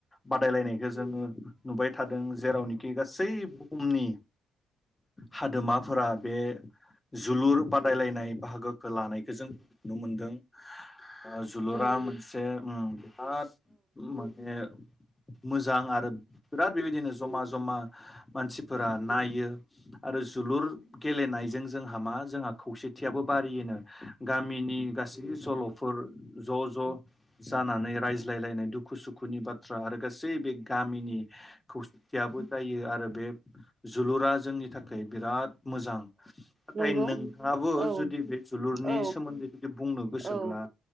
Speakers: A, on the left; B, on the right.
A: बादायलायनायखौ जोङो नुबाय थादों। जेरावनोखि गासै बुहुमनि हादोमाफोरा बे जोलुर बादायलायनाय बाहागो। लानायखौ जों नुनो मोनदों ओ जोलुरा मोनसे उम बिराद माने मोजां आरो बिराद बिबायदिनो जमा जमा मानसिफोरा नायो आरो जोलुर गेलेनायजों जोंहा मा जोंहा खौसेथियाबो बारियोनो गामिनि गासै जलफोर ज ज
B: औ
A: जानानै रायज्लायलायनाय दुखु सुखुनि बाथ्रा आरो गासै बे गामिनि खौसेथियाबो जायो आरो बे जोलुरा जोंनि थाखाय बिराद मोजां नाथाय
B: नंगौ
A: नोंथाङाबो
B: औ
A: जुदि बे जोलुरनि
B: औ
A: सोमोन्दै जुदि बुंनो गोसोब्ला
B: औ